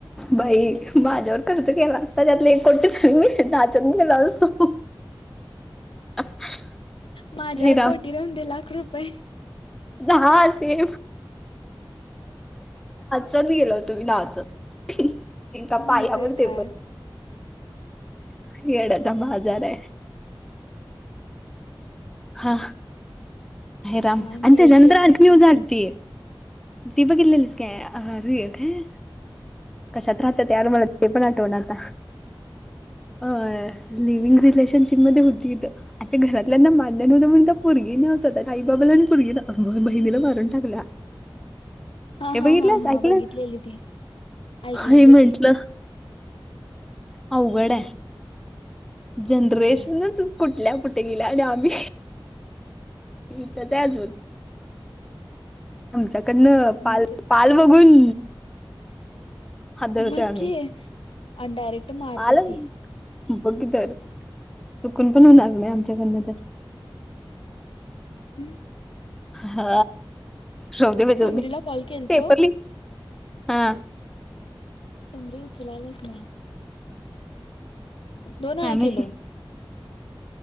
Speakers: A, in the centre; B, on the left.
A: बाई माझ्यावर खर्च केला असता त्यातले एक कोटी मी नाचत गेलो असतो
B: <unintelligible>
A: <unintelligible>
B: माझ्यावर
A: हे
B: कोटी राहून दे लाख रुपये
A: दहा अस असे च गेलो होतो मी नाच इका
B: नाहीतर
A: पाययावरडते
B: काय
A: प खेड्याचा बाजार आहे हा राम
B: काय नव्हच
A: आणि त्याच्यांत्र
B: बाई
A: आण नूज
B: सम
A: त ती बघितलेलीस काय ह रूय काय कशात राहत यावर मला ते पण आठवण आता
B: ह
A: अ लिव्हंग रिलेशनशिप मध्ये होती आता घरातल्यांना मान नव्हतं म्हण तर पोरगी न आई बाबाला आणि पुरगे ना मग बहिणीला मारून टाकला
B: हा
A: हे बघितलंस
B: हा हा हा
A: ऐकलंच
B: बघितलेली ती ऐकलेली
A: हे म्हंटलं
B: होती
A: अ उघड
B: नाहीतर
A: जनरेशनच
B: काय
A: कुठल्या कुठे गेल्या आणि आम्ही ह तर त्या अजून आमच्याकडनं
B: नाहीतर
A: पाल
B: काय
A: पाल बघून हादरतोय
B: बग
A: आम्ही.
B: कीय अन डयरेक्ट मारत्या
A: पाल
B: ती
A: बघ तर चुकून पण होणार नाही आमच्याकडन तर
B: हम्म
A: हा राहू दे जाऊ
B: समरीला
A: दे
B: कॉल केलतो
A: पेपरली हा!
B: समरी उचलायलच नाय दोन वेळा
A: काय माहिती
B: केलो